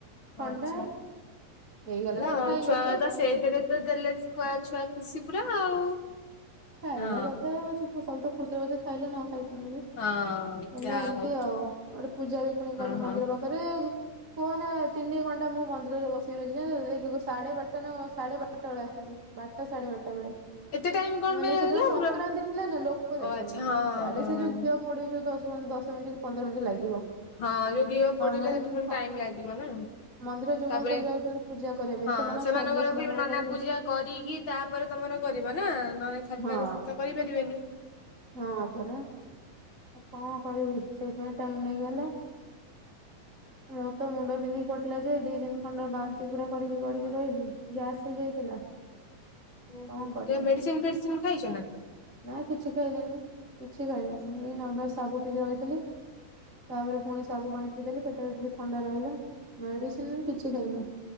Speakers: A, on the right; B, on the left.
A: ଥଣ୍ଡା।
B: ଆଚ୍ଛା
A: ହେଇଗଲା
B: ହେଲା
A: ତ
B: ଆଉ
A: ଖାଇବା
B: ଛୁଆ ତ ସେଇଥିରେ ତ ଦେଲେ ଛୁଆ ଖୁସି ପୁରା ଆଉ।
A: ଖାଇବା
B: ହଁ
A: କଥା <unintelligible> ସବୁ ତ ଖୁସିରେ ଖୁସିରେ ଖାଇଲେ ନ ଖାଇ ପାରୁଲୁ ଯେ
B: ହଁ
A: ହେଲା
B: ଯାହା
A: ଏମିତି
B: ହଉ
A: ଆଉ ଗୋଟେ ପୂଜା ବି ପୁଣି
B: ହଁ
A: କଲି ମନ୍ଦିର
B: ହଁ
A: ପାଖରେ କୁହ ନା ତିନି ଘଣ୍ଟା ମୁଁ ମନ୍ଦିରରେ ବସି ରହିଛି ଜାଣିଲ ଯାଇକି ସାଢେ ବାରଟା ନା କଣ ସାଢେ ବାରଟା ବେଳେ ଆସିଥିଲି ବାରଟା ସାଢେ ବାରଟା ବେଳେ।
B: ଏତେ ଟାଇମ କଣ
A: ମାନେ
B: ପାଇଁ ହେଲା
A: ସେଦିନ ସଂକ୍ରାନ୍ତି
B: ବ
A: ଥିଲେ ନା ଲୋକ
B: ଓ
A: ଯାହାହେଲେ
B: ଆଚ୍ଛା ହଁ ହଁ
A: ସେ ଯୋଉ କୋଡିଏ ଦଶ ଦଶ ମିନିଟ୍ କି ପନ୍ଦର ମିନିଟ୍ ଲାଗିବ।
B: ହଁ ଯୋଉ ଘିଅ ପୋଡିଲେ
A: ମାନେ
B: ସେଠି
A: ହଁ।
B: ଫୁଣି ଟାଇମ ଲାଗିବ ନା?
A: ମନ୍ଦିର ଯୋଉମାନେ
B: ତାପରେ
A: ସବୁ ଯାଉଛନ୍ତି ପୂଜା କରିବା ପାଇଁ
B: ହଁ
A: ସେମାନଙ୍କ
B: ସେମାନଙ୍କର
A: ସରିଲେ ସିନା
B: ବି
A: ମୋର
B: ନନା
A: କରିବି
B: ପୂଜା କରିକି। ତାପରେ ତମର କରିବ ନା ନହେଲେ ଛାଡି
A: ହଁ।
B: ଛାଡି ସେ ତ କରିପାରିବେନି।
A: ହଁ ପରା କଣ କରିବି ସେଇଥିାଇଁ ଟାଇମ ନେଇଗଲା। ମୋ ତ ମୁଣ୍ଡ ବିନ୍ଧିକି ପଡିଥିଲା ଯେ ଦି ଦିନ ଖଣ୍ଡ ବାନ୍ତି ପୁରା କରିକି ଗଡିକି ରହିଲି ଗ୍ୟାସ୍ ହେଇଯାଇଥିଲା।
B: ଓହୋ
A: କଣ କରିବି
B: ମେଡିସିନ ଫେଡିସିନ ଖାଇଛ ନା?
A: ନା କିଛି ଖାଇଲିନି କିଛି ଖାଇଲିନି ଏଇ କିଛି ଖାଇଲେନି ରି ନମାଲ ସାଗୁ ପିଇକି ରହିଥିଲି ତାପରେ ପୁଣି ସାବୁ ପାଣି ପିଇଦେଲି ପେଟରେ ଟିକେ ଥଣ୍ଡା ରହିଲା ମେଡିସିନ କିଛି ଖାଇନି।